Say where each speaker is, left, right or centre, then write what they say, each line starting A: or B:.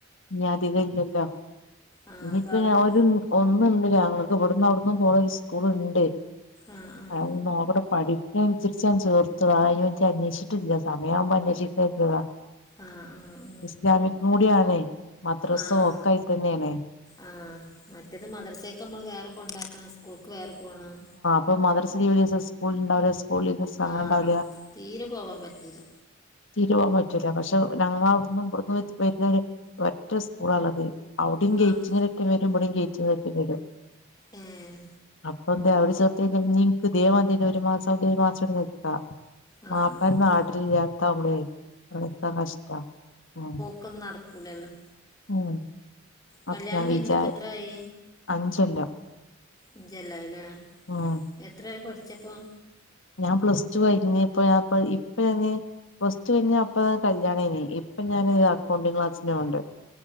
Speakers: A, on the left; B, on the left.
A: ഇനി അധികല്ലല്ലോ
B: ആഹ്
A: ഇനിയിപ്പ
B: അപ്പൊ അവിടെ
A: ഞാ ഒരു ഒന്നുണ്ട് ഞങ്ങൾക്ക് ഇവിടന്ന് അവിടന്ന് പോണ ഒരു സ്കൂളുണ്ട്
B: ആഹ് ആഹ്
A: അഹ് ഒന്ന് നോക്കട്ടെ പഠി ഇനനുസരിച്ച് ഞാൻ ചേർത്തത അതിനെ കുറിച്ച് അന്വേഷിച്ചിട്ടില്ല സമയാവുമ്പൊ അന്വേഷിക്കാ കരുതിയതാ
B: ആഹ് ആഹ് ആഹ്
A: ഇസ്ലാമിക്കും കൂടി ആണെയ് മദ്രസും
B: ആഹ്
A: ഒക്കെ ആയി തന്നെയണ്
B: ആഹ് മറ്റേത് മദർസയൊക്കെ നമ്മൾ വേറെ കൊണ്ടാക്കണം സ്കൂൾക്ക് വേറെ പോണം
A: ഇപ്പൊ മദർസ ലീവിള്ള വിസം സ്കൂള് ഉണ്ടാവില്ല സ്കൂൾ ലീവിള്ളെസം അങ്ങനെ
B: ആഹ്
A: ഉണ്ടാവില്ല
B: തീരെ പോവാൻ പറ്റൂല
A: തീരെ പോവാൻ പറ്റൂല പക്ഷെ ഞങ്ങൾ അവിടന്നും ഇവിടന്നും വരുന്ന ഒര് ഒറ്റ സ്കൂള ഉള്ളത് അവിടയും ഗേറ്റിങ്ങലെറ്റം
B: ആഹ്
A: ഒക്കെ വരും ഇവിടയും ഗേറ്റിങ്ങലെറ്റം ഒക്കെ വരും
B: ഏഹ്
A: അപ്പ അപ്പെന്ത അവിടെ ചേർത്തി കഴിഞ്ഞ പിന്നെ ഇൻക്ക് ഇതേ മാതിരിന്നെ ഒരു മാസം അവിടെം ഒരു മാസം ഇവിടെ നിൽക്കാം
B: ആഹ്
A: മാപ്പളാര്
B: ആഹ്
A: നാട്ടിലില്ലാത്ത ആവുമ്പളെ <unintelligible> കഷ്ട ഉം
B: ഒക്കൊന്നും നടക്കൂലല്ലോ
A: ഉം
B: കല്യാണം
A: അപ്പൊ ഞാൻ
B: കഴിഞ്ഞത്പ്പ
A: വിചാ
B: എത്രായി
A: അഞ്ചൊല്ലം
B: അഞ്ചു കൊല്ലായില്ലേ
A: ഉം
B: എത്ര വരെ പഠിച്ചപ്പോ
A: ഞാൻ പ്ലസ് ടു കഴിഞ് ഇപ്പ ഞാൻ ഇപ്പ ഞാന് ഫസ്റ്റ് കഴിഞ്ഞ അപ്പ തന്നെ കല്യാണയ്ന് ഇപ്പൊ ഞാൻ അക്കൗണ്ടിഗ് ക്ലാസ്സിന് പോവ്ണ്ട്